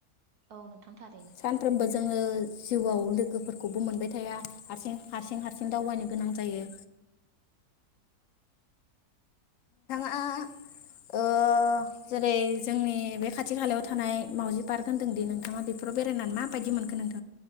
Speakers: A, on the right; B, on the left.
A: औ नोंथां थारैनो
B: सानफ्रोमबो जोङो जिउआव लोगोफोरखौ खौबो मोनबाय थाया हारसिं हारसिं हारसिं दावबायनो गोनां जायो आं ओह जेरै जोंनि बे खाथि खालायाव थानाय मावजि पार्क होनदों दि नोंथाङा बेफोराव बेरायनानै माबायदि मोनखो नोंथां